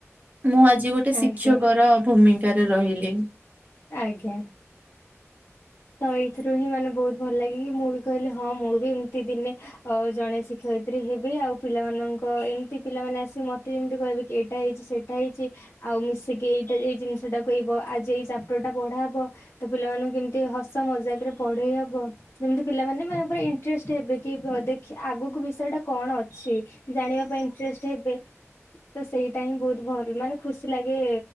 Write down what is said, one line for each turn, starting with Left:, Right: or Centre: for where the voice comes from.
Right: ମୁଁ ଆଜି ଗୋଟେ
Left: ଆଜ୍ଞା
Right: ଶିକ୍ଷକ ର ଭୂମିକାରେ ରହିଲି
Left: ଆଜ୍ଞା ତ ଏଇଥିରୁ ହିଁ ମାନେ ବହୁତ ଭଲ ଲାଗ କିି ମୁଁ ବି କହିଲି ହଁ ମୁଁ ବି ଏମତି ଦିନେ ଅ ଜଣେ ଶିକ୍ଷକ ରେ ହେବେ ଆଉ ପିଲାମାନଙ୍କ ଏମିତି ପିଲାମାନେ ଆସିକି ମତେ ଯେମିତି କହିବେ କି ଟା ହେଇଛି ସେଇଟା ହେଇଛି ଆଉ ସେ ଏଇଟା ଏଇ ଜିନିଷଟା କହିବ ଆଜି ଏଇ ଚାପଟର ଟା ପଢା ହବ ତ ପିଲାମାନଙ୍କୁ କେମ େ ହସ ମଜାକ ରେ ପଢେଇ ହବ ଯେମିତି ପିଲାମାନେ ମାନେ ପୁରା ଇଣ୍ଟରେଷ୍ଟ ହେବେ କି ଦେଖ ଆଗକୁ ବିଷୟ ଟା କଣ ଅଛି ଜାଣିବା ପାଇଁ ଇଣ୍ଟ ହେ ତ ସେଇଟା ହିଁ ବହୁତ ଭଲ ମାନେ ଖୁସି ଲାଗେ